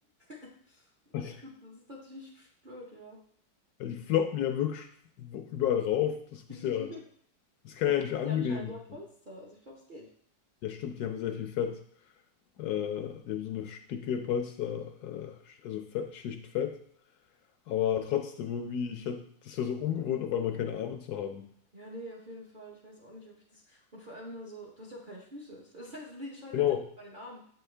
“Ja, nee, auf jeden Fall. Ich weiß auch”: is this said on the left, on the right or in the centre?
Right